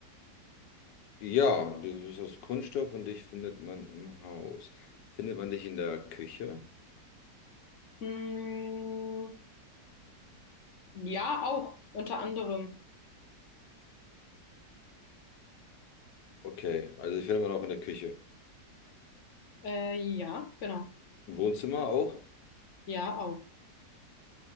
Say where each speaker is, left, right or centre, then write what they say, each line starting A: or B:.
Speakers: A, on the left; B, on the left.
A: Ja, du bist aus Kunststoff und dich findet man im Haus. Findet man dich in der Küche?
B: Mm, ja, auch. Unter anderem.
A: Okay, also dich findet man auch in der Küche.
B: Äh, ja, genau.
A: Im Wohnzimmer auch?
B: Ja, auch.